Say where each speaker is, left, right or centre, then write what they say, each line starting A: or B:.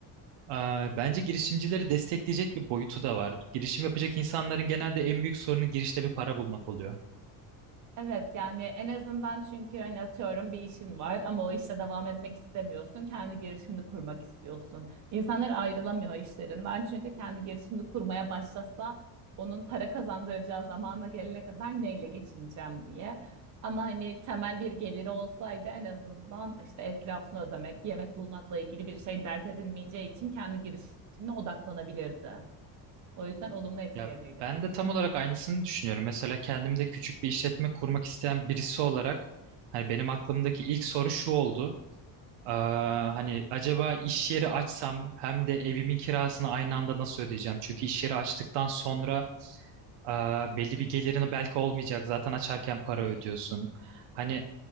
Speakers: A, on the right (about 70°); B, on the right (about 40°).
A: Aa, Bence girişimcileri destekleyecek bir boyutu da var. Girişim yapacak insanların genelde en büyük sorunu girişte bir para bulmak oluyor.
B: Evet yani en azından çünkü hani atıyorum bir işin var ama o işe devam etmek istemiyorsun. Kendi girişimini kurmak istiyorsun. İnsanlar ayrılamıyor işlerinden çünkü kendi girişimini kurmaya başlasa onun para kazandıracağı zamana gelene kadar neyle geçineceğim diye. Ama hani temel bir geliri olsaydı en azından işte ev kirasını ödemek, yemek bulmakla ilgili bir şey dert edinmeyeceği için kendi girişimine odaklanabilirdi. O yüzden olumlu etkilenirdi
A: Ya ben
B: bence.
A: de tam olarak aynısını düşünüyorum. Mesela kendimde küçük bir işletme kurmak isteyen birisi olarak hani benim aklımdaki ilk soru şu oldu. Aa, hani acaba iş yeri açsam hem de evimin kirasını aynı anda nasıl ödeyeceğim? Çünkü iş yeri açtıktan sonra Aa, belli bir gelirini belki olmayacak. Zaten açarken para ödüyorsun. Hani